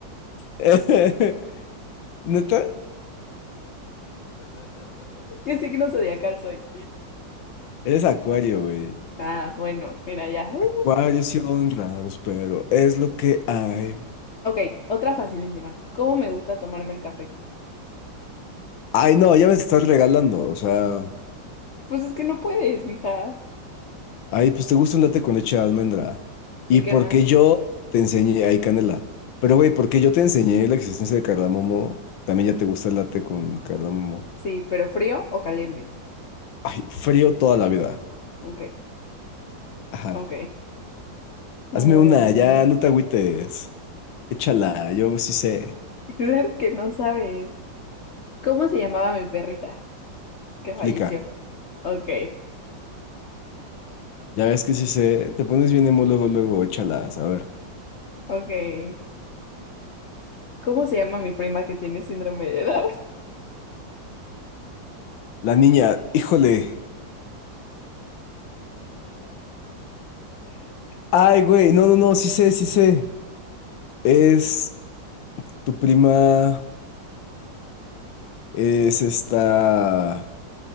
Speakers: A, on the left; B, on the left.
A: <laughs> ¿Neta?
B: ¿Qué signo zodiacal soy?
A: Eres Acuario, güey.
B: Ah, bueno, mira ya. Uh.
A: Acuarios sí son raros, pero es lo que hay.
B: Ok, otra facilísima. ¿Cómo me gusta tomarme el café?
A: Ay, no, ya me estás regalando. O sea,
B: Pues es que no puedes, mija.
A: ay, pues te gusta un latte con leche de almendra. Y
B: ¿Y qué
A: porque
B: más?
A: yo te enseñé, ay, canela. Pero güey, porque yo te enseñé la existencia de cardamomo, también ya te gusta el latte con cardamomo.
B: Sí, pero frío o caliente.
A: Ay, frío toda la vida.
B: Ok,
A: Ajá.
B: ok. Mm,
A: Hazme una, ya, no te agüites. Échala, yo sí sé.
B: claro que no sabes. ¿Cómo se llamaba mi perrita que
A: Explica.
B: falleció? Ok,
A: Ya ves que sí sé. Te pones bien emo luego, luego, échalas. A ver.
B: ok. ¿Cómo se llama mi prima que tiene síndrome de Down?
A: La niña, híjole. Ay, güey, no, no, no, sí sé, sí sé. Es tu prima, es esta...